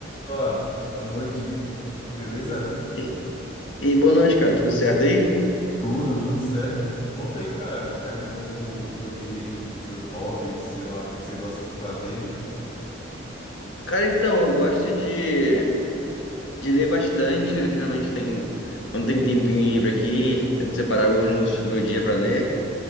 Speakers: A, on the left (about 25°); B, on the left (about 75°).
A: Opa, boa noite, beleza?
B: E, e boa noite, cara. Tudo certo aí?
A: Tudo, tudo certo. Conta aí, cara, é um pouco sobre seus hobbies, sei lá, o que que você gosta de fazer.
B: Cara, então, eu gosto de, de ler bastante. Eu geralmente tem, quando tem tempinho livre aqui, tento separar alguns minutos do meu dia para ler.